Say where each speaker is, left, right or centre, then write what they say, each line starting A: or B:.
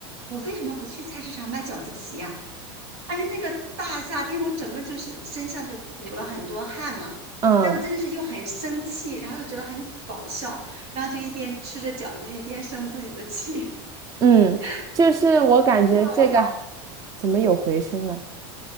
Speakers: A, on the right (about 85°); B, on the right (about 25°).
A: 我为什么不去菜市场买饺子皮呀、哎呀，那个大夏天，我整个就是身上就流了很多汗嘛。
B: 嗯。
A: 哎，我真的是又很生气，然后又觉得很搞笑，然后就一边吃着饺子一边生自己的气。
B: 嗯，
A: <laughs>
B: 就是我感觉这个
A: 是，就是我感
B: 怎么有回声啊？